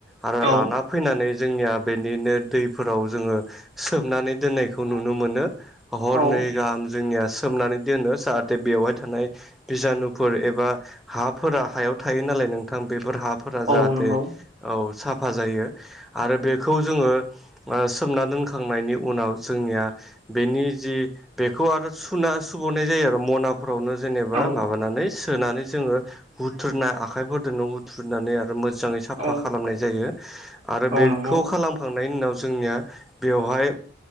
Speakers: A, in the centre; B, on the right.
A: आरो
B: औ
A: लाना फैनानै जोंनिया बेनिनो दैफोराव जोङो सोबनानै दोननायखौ नुनो मोनो हरनै
B: औ
A: गाहाम जोंनिया सोमनानै दोनो जाहाथे बेवहाय थानाय बिजानुफोर एबा हाफोरा हायाव थायो नालाय नोंथां बेफोर हा फोरा
B: औ
A: जाहाथे
B: नंगौ
A: औ साफा जायो आरो बेखौ जोङो ओ सोमना दोनखांनायनि उनाव जोंनिया बेनि जि बेखौ आरो सुना सुबावनाय जायो आरो मना फोरावनो जेनेबा
B: औ
A: माबानानै सोनानै जोङो हुथ्रुनाय आखाइफोरजोंनो हुथ्रुनानै आरो मोजाङै साफा
B: औ
A: खालामनाय जायो। आरो
B: औ
A: बेखौ
B: नंगौ
A: खालामखांनायनि उनाव जोंनिया बेवहाय